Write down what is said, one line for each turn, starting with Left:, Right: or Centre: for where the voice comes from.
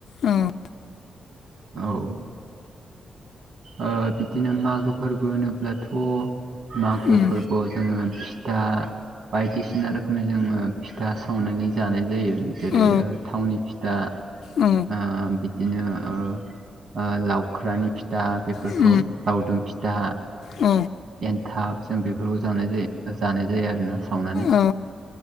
Left: औ
Right: औ ओ बिदिनो मागो फोरबो होनोब्लाथ मागो
Left: उम
Right: फोरबोआव जोङो दा बायदिसिना रोखोमनि जोङो फिथा सावनानै जानाय जायो। जेरै
Left: औ
Right: ओ थावनि फिथा
Left: औ
Right: ओ बि दिनो ओ ओ लावख्रानि फि दा बेफोरखौ
Left: औ
Right: लावदुम फिथा
Left: औ
Right: एन्थाब जों बेफोरखौ जानाय जायो। जानाय जायो आरोना सावनानै।
Left: औ ओ